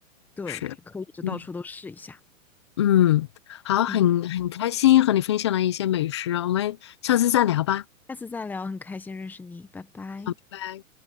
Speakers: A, in the centre; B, on the left (about 25°).
A: 对，
B: 是，
A: 可以就到处都试一下。
B: 嗯嗯，好，很很开心和你分享了一些美食，
A: 嗯，
B: 我们下次再聊吧。
A: 嗯，下次再聊，很开心认识你，拜拜。
B: 拜拜。